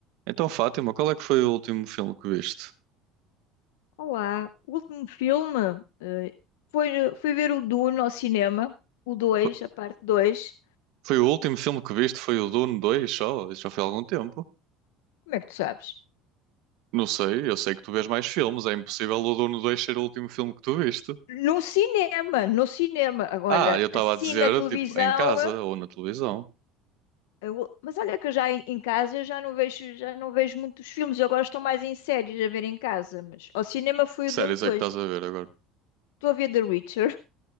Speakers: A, on the right; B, on the left.
A: Então, Fátima, qual é que foi o último filme que viste?
B: Olá, o último filme eh, foi, fui ver o Dune ao cinema, o 2,
A: F-
B: a parte 2.
A: Foi o último filme que viste? Foi o Dune 2 só? Isso já foi há algum tempo.
B: Como é que tu sabes?
A: Não sei, eu sei que tu vês mais filmes. É impossível o Dune 2 ser o último filme que tu viste.
B: No cinema, no cinema. Agora,
A: Ah, eu estava
B: assim
A: a dizer,
B: na televisão.
A: tipo, em casa
B: eh,
A: ou na televisão.
B: eu- mas olha que eu já em em casa eu já não vejo, já não vejo muitos filmes. Eu agora estou mais em séries a ver em casa. Mas ao cinema foi
A: Que
B: o Dune
A: séries
B: dois.
A: é que estás a ver agora?
B: Estou a ver The Witcher,